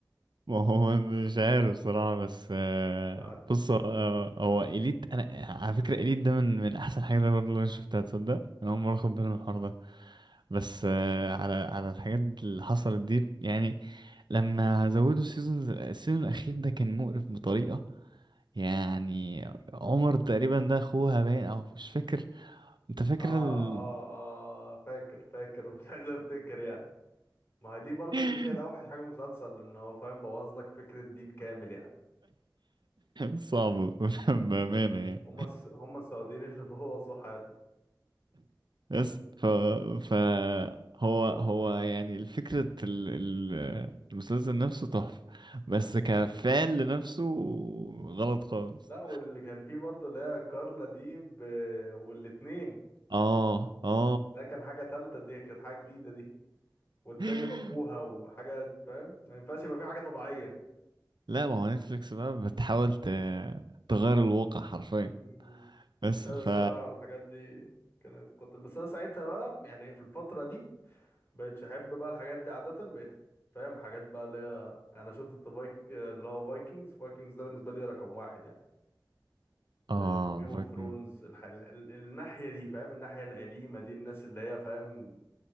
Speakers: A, on the right; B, on the left.
A: ما هو مش عارف صراحة بس آه،
B: بعد
A: بص آه، هو إليت أنا على فكرة إليت ده من من أحسن حاجة برضه اللي أنا شفتها تصدق أنا أول مرة
B: مم.
A: أخد بالي من الحوار ده بس آه، على على الحاجات اللي حصلت دي يعني لما زودوا السيزون السيزون الأخير ده كان مقرف بطريقة يعني عمر تقريبا ده أخوها باين أو مش فاكر انت فاكر
B: اه
A: ال...
B: اه اه فاكر فاكر <laughs> مش عايز افتكر يعني ما هي دي برضو
A: <laughs>
B: دي كانت اوحش حاجه في المسلسل ان هو فاهم بوظ لك فكره دين كامل يعني
A: صعب <laughs> بأمانة يعني
B: هما الس... هما السعوديين اللي <laughs> بوظوا حياتنا
A: بس ف... فهو هو يعني الفكرة ال... ال... المسلسل نفسه تحفة بس
B: مم.
A: كفعل لنفسه غلط خالص
B: لا واللي كان فيه برضو اللي هي كارلا دي ب... والاتنين
A: اه اه
B: ده كان حاجه تالته دي كانت حاجه جديده دي والتاني
A: <laughs>
B: بقوها وحاجات فاهم ما ينفعش يبقى في حاجة طبيعية
A: لا ما هو نتفليكس بقى بتحاول ت... تغير الواقع حرفيا
B: مم.
A: بس
B: لا
A: ف
B: الصراحة الحاجات دي كانت خطر بس أنا ساعتها بقى يعني في الفترة دي بقيتش أحب بقى الحاجات دي عادة بقيت فاهم حاجات بقى اللي هي يعني أنا شفت الفايك اللي هو فايكنجز فايكنجز ده بالنسبة لي رقم واحد يعني
A: اه
B: وجيم اوف
A: فاكر
B: ثرونز الح... ال... ال- الناحية دي فاهم الناحية القديمة دي الناس اللي هي فاهم